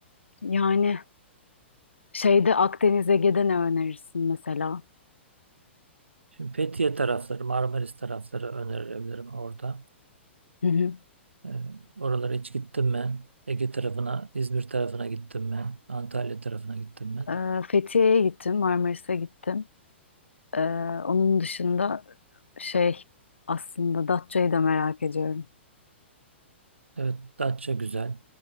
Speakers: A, on the left (about 75°); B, on the right (about 70°).
A: yani şeyde Akdeniz Ege'de ne önerirsin mesela?
B: Şimdi Fethiye tarafları, Marmaris tarafları önerebilirim orada.
A: Hı hı.
B: E, oralara hiç gittin mi? Ege tarafına, İzmir tarafına gittin mi? Antalya tarafına gittin mi?
A: Ee, Fethiye'ye gittim, Marmaris'e gittim. Ee, onun dışında şey aslında Datça'yı da merak ediyorum.
B: Evet, Datça güzel.